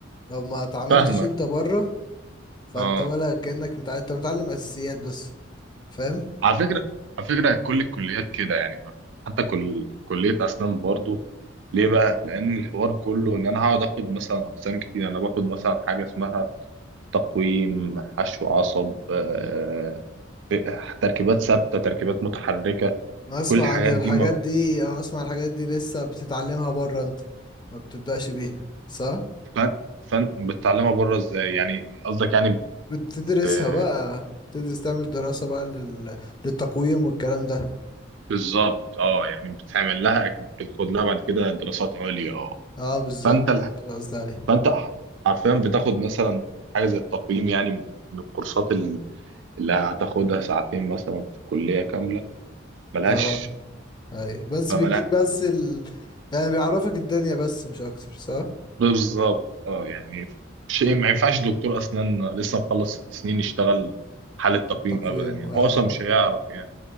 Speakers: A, on the left; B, on the right.
A: لو ما اتعاملتش
B: فاهمك
A: انت بره فانت
B: اه
A: ولا كأنك متعلم انت متعلم اساسيات بس فاهم
B: على فكرة على فكرة كل الكليات كده يعني ما- حتى كل كلية أسنان برضو ليه بقى؟ لأن الحوار كله إن أنا هقعد آخد مثلا أقسام كتير أنا باخد مثلا حاجة اسمها تقويم حشو عصب آه، تركيبات ثابتة تركيبات متحركة
A: انا اسمع
B: كل الحاجات
A: عن الحاجات
B: دي ما
A: دي اه اسمع الحاجات دي لسه بتتعلمها بره انت ما بتبدأش بيها صح
B: فن فن بتتعلمها بره إزاي يعني قصدك يعني
A: بتدرسها
B: ب-
A: بقى تدرس تعمل دراسة بقى لل... للتقويم والكلام ده
B: بالظبط اه يعني بتعمل لها بتاخد لها بعد كده دراسات عليا اه
A: اه بالظبط
B: فانت
A: خلاص ده عليه
B: فانت ح- حرفيا بتاخد مثلا حاجه زي التقييم يعني من من الكورسات ال- اللي هتاخدها ساعتين مثلا في الكليه كامله ملهاش
A: اه ايوه بس
B: فملهاش
A: بيديك بس ال... يعني بيعرفك الدنيا بس مش اكتر صح
B: بالظبط اه يعني شيء ما ينفعش دكتور اسنان لسه مخلص ست سنين يشتغل حالة تقييم
A: التقويم
B: ابدا يعني
A: اه
B: هو اصلا مش هيعرف يعني